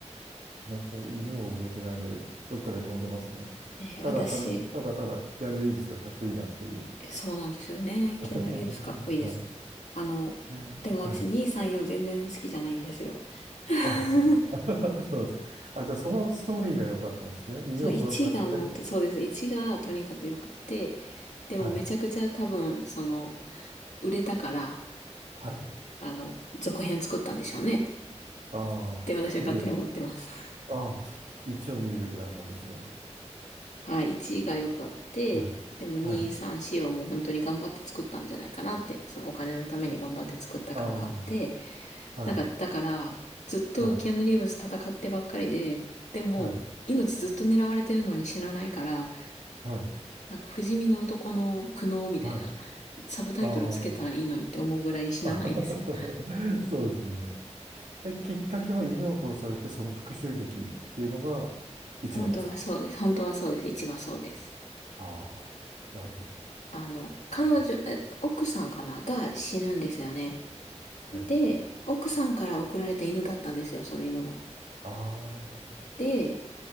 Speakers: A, on the right (about 80°); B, on the left (about 85°).
A: 自分はその犬を覚えてないので、どっかで飛んでますね。
B: えー私、
A: ただ、ただ、ただ、ただ、キアヌ・リーブスがかっこいいなっていう。
B: えそうなんですよね。
A: <laughs>
B: キアヌ・リーブスかっこいいです。
A: はい。
B: あの、
A: えーはい。
B: でも私2、3、4全然好きじゃないんですよ。<laughs>
A: あ、そうですか。<laughs> そうです。あ、じゃあそのストーリーが良かったんですね。犬を殺されて、
B: その1がもう、そうです。1がとにかく良くって、でもめちゃくちゃ多分、
A: はい。
B: その、売れたから、
A: はい。
B: あの、続編作ったんでしょうね。っ
A: ああ、
B: て私は勝手に思ってます。
A: 無理やり。ああ、一を見るべきだったんですね。
B: はい、1が良くあって、
A: はい。
B: でも2、
A: はい。
B: 3、4をもう本当に頑張って作ったんじゃないかなって、そのお金のために頑張って作った感があって、
A: ああ、はい。
B: だから、だから、ずっとキアヌ・
A: はい。
B: リーブス戦ってばっかりで、でも、
A: はい。
B: 命ずっと狙われてるのに死なないから、
A: はい。
B: なんか不死身の男の苦悩みたいな、
A: はい。
B: サブタイトルつけたらいいのにって思うぐらい死なないですよ。
A: ああ。あ <laughs> そうですよね。え、きっかけは犬を殺されて、その復讐劇っていうのが一話ですか
B: 本当はそうです。本当はそうです。1はそうです。
A: ああなるほど。
B: あの、彼女、
A: うん
B: え奥さんかなが死ぬんですよね。
A: はい。
B: で、奥さんから送られた犬だったんですよ、その犬が。
A: ああ、は
B: で、